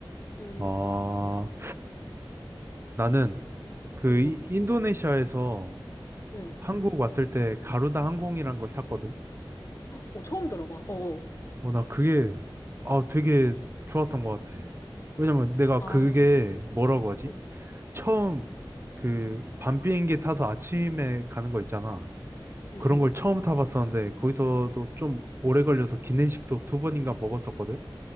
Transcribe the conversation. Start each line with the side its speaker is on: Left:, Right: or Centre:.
Left: 응,
Right: 아, 어, 나는 그
Left: 응,
Right: 이-
Left: 응,
Right: 인도네시아에서
Left: 응.
Right: 한국 왔을 때 가루다 항공이란 걸 탔거든.
Left: 오, 처음 들어봐. 어어.
Right: 어, 나 그게, 아, 되게 좋았던 것 같아. 왜냐면 내가
Left: 아,
Right: 그게 뭐라고 하지?
Left: 응,
Right: 처음 그 밤 비행기 타서 아침에 가는 거 있잖아.
Left: 응,
Right: 그런
Left: 응,
Right: 걸 처음 타봤었는데 거기서도 좀 오래 걸려서 기내식도 두 번인가 먹었었거든.